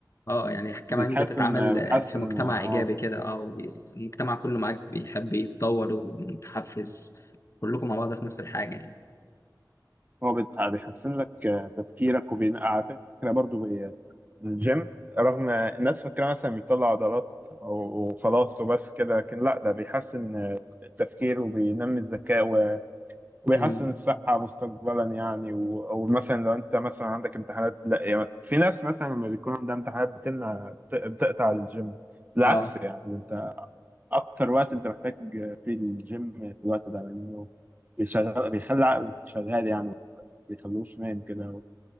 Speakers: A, on the left (about 40°); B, on the right (about 25°).
A: اه يعني كمان
B: بتحسن
A: بتتعامل آه،
B: بتحسن
A: في مجتمع
B: اه
A: ايجابي كده اه وبي- المجتمع كله معاك بيحب يتطور ومتحفز كلكم مع بعض في نفس الحاجه يعني
B: هو بت- بيحسن لك آه، تفكيرك وبين على فكره برضه الجيم رغم الناس فاكرة مثلا بيطلع عضلات أو خلاص وبس كده لكن لا ده بيحسن التفكير وبينمي الذكاء و- وبيحسن
A: امم
B: الصحة مستقبلا يعني و- أو مثلا لو أنت مثلا عندك امتحانات لا يعني في ناس مثلا لما بيكون عندها امتحانات بتمنع بت- بتقطع الجيم بالعكس
A: اه
B: يعني ده أنت أكتر وقت أنت محتاج فيه الجيم في الوقت ده لأنه بيشغل بيخلي عقلك شغال يعني ما بيخلوش نايم كده